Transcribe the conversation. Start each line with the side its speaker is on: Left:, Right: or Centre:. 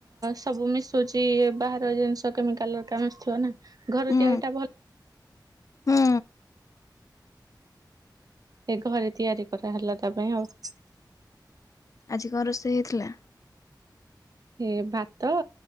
Right: ସବୁ ମିଶୁଛି ବାହାର ଜିନିଷ କେମିକାଲ ଘରିକା ମିଶୁଥିବ ନା। ଘର
Left: ହୁଁ
Right: ତିଆରିଟା ଭଲ୍।
Left: ହୁଁ।
Right: ଏ ଘରେ ତିଆରି କରାହେଲା ତା ପାଇଁ ଆଉ।
Left: ଆଜି କଁ ରୋଷେଇ ହେଇଥିଲା।
Right: ଏ ଭାତ